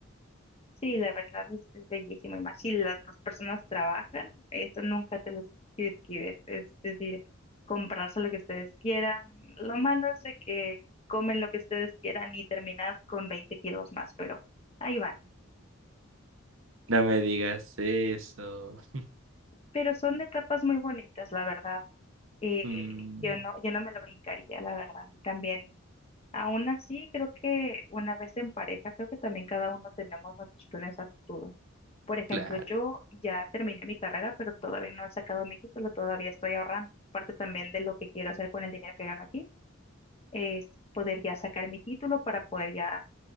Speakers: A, on the left (about 30°); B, on the right (about 75°).
A: Sí, la verdad es, es bellísimo. Y más si las dos personas trabajan, eso nunca te lo escribes. Es decir, comprarse lo que ustedes quieran. Lo malo es de que comen lo que ustedes quieran y terminas con 20 kilos más, pero ahí van.
B: No me digas eso.
A: Pero son etapas muy bonitas, la verdad. Eh,
B: Mm,
A: yo no, yo no me lo brincaría, la verdad. Y también Aún así, creo que una vez en pareja, creo que también cada uno tenemos nuestros planes a futuro. Por ejemplo,
B: claro.
A: yo ya terminé mi carrera, pero todavía no he sacado mi título, todavía estoy ahorrando. Parte también de lo que quiero hacer con el dinero que gano aquí es poder ya sacar mi título para poder ya,